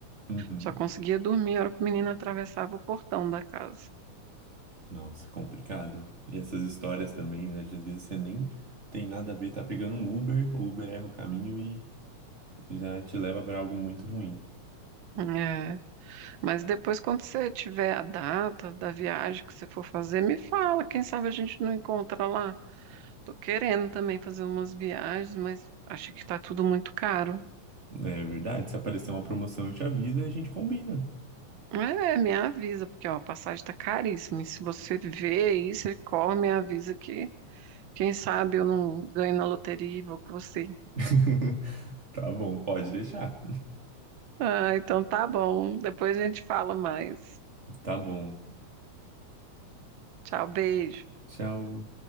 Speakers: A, on the right (about 25°); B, on the right (about 60°).
A: Uhum.
B: Só conseguia dormir a hora que o menino atravessava o portão da casa.
A: Nossa, complicado. E essas histórias também, né? De às vezes você nem tem nada a ver, tá pegando um Uber, o Uber erra o caminho e já te leva para algo muito ruim.
B: É, mas depois, quando você tiver a data da viagem que você for fazer, me fala. Quem sabe a gente não encontra lá. Tô querendo também fazer umas viagens, mas acho que tá tudo muito caro.
A: É verdade, se aparecer uma promoção, eu te aviso e a gente combina.
B: É, me avisa, porque ó, a passagem tá caríssima. E se você vê isso, você corre, me avisa que quem sabe eu não ganho na loteria e vou com você.
A: <laughs> Tá bom, pode deixar.
B: Ah, então tá bom. Depois a gente fala mais.
A: Tá bom.
B: Tchau, beijo.
A: Tchau.